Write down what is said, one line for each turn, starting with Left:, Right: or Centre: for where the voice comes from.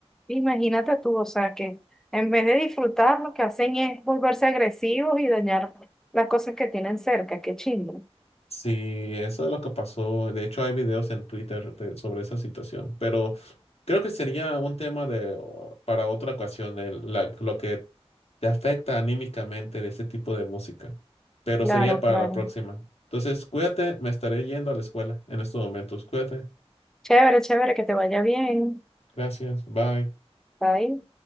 Centre: Imagínate tú, o sea, que en vez de disfrutar, lo que hacen es volverse agresivos y dañar las cosas que tienen cerca. Qué chingo.
Left: Sí, eso es lo que pasó. De hecho, hay videos en Twitter de- sobre esa situación, pero creo que sería un tema de, o- para otra ocasión, el- la- lo que te afecta anímicamente de ese tipo de música, pero
Centre: Claro,
Left: sería para
Centre: claro.
Left: la próxima. Entonces, cuídate, me estaré yendo a la escuela en estos momentos. Cuídate,
Centre: Chévere, chévere, que te vaya bien.
Left: gracias, bye.
Centre: Bye.